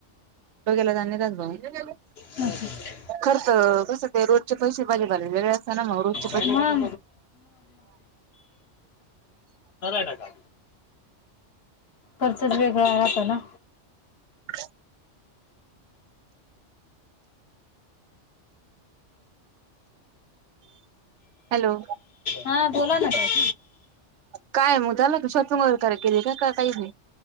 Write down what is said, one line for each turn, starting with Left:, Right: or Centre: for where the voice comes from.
Right: तो गेला जा भाऊ
Left: हम ह
Right: खर्च कसं ते रोजचे पैसे भाजी पाले वेगळे असते ना मग रोज
Left: आहे ना का खर्चच वेगळं आ राहतो ना?
Right: ह हॅलो
Left: हा बोला ना ताई
Right: काय मग झाला शॉपिंग वैगरे केली केली का काही नाही?